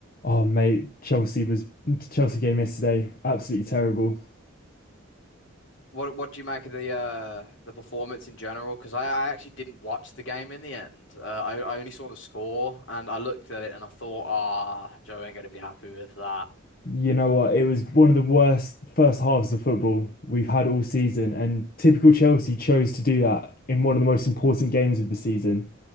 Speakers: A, on the left (about 40°); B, on the left (about 60°).
A: Oh mate, Chelsea was Chelsea game yesterday, absolutely terrible.
B: What what do you make of the uh the performance in general? Because I, I actually didn't watch the game in the end. Uh, I I only saw the score and I looked at it and I thought, ah, Joe ain't gonna be happy with that.
A: You know what? It was one of the worst first halves of football we've had all season, and typical Chelsea chose to do that in one of the most important games of the season.